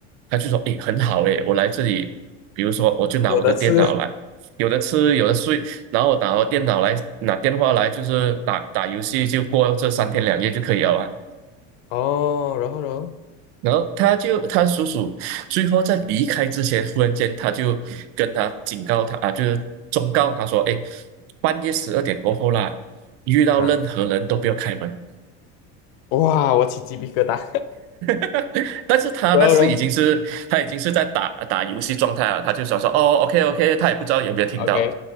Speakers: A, on the right; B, on the left.
A: 他就说，诶，很好诶，我来这里，比如说我就拿我的电脑来，
B: 有的吃
A: 有的吃，有的睡，然后拿我电脑来，拿电话来，就是打打游戏，就过这三天两夜就可以了啊。
B: 哦，然后然后
A: 然后他就他叔叔最后在离开之前，忽然间他就跟他警告他啊，就是忠告他说：“哎，半夜十二点过后啦，遇到任何人都不要开门。”
B: 啊，哇，我起鸡皮疙瘩，
A: <laughs> 但是他那时已经是他已经是在打打游戏状态了，
B: <laughs> 然后然后
A: 他就想说哦，OK OK，他也不知道有没有听到，
B: OK